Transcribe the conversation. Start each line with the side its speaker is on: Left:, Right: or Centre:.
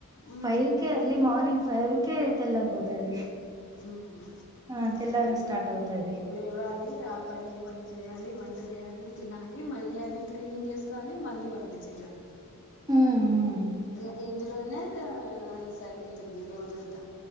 Left: ఉమ్
Right: ఫైవ్ కే అర్లీ మార్నింగ్ ఫైవ్ కే తెల్లారిపోతది
Left: ఉమ్
Right: ఆ! తెల్లారడం
Left: ఇగ
Right: స్టార్ట్ అవుతది.
Left: లేవాలి ఆ పని ఈ పని చేయల్ యాలి వంట చేయాలి తినాలి మళ్ళీ అవి క్లీనింగ్ చేసుకోవాలి మళ్ళీ వంట చేయాలి
Right: ఉమ్ ఉమ్
Left: ఇగ ఇందులోనే ఆ సరిపోతుంది రోజంతా